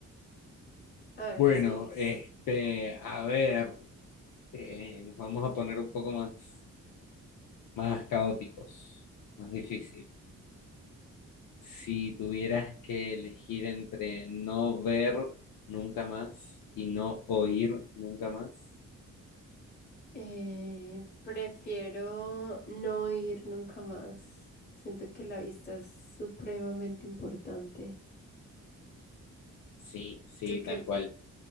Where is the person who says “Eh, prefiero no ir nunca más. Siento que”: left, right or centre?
Left